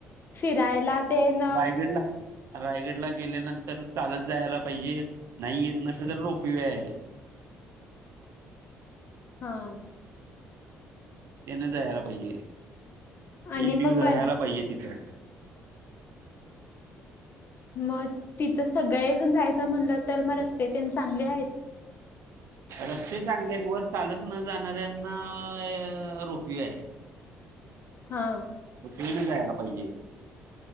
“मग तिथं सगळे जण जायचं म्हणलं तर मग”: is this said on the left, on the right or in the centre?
Left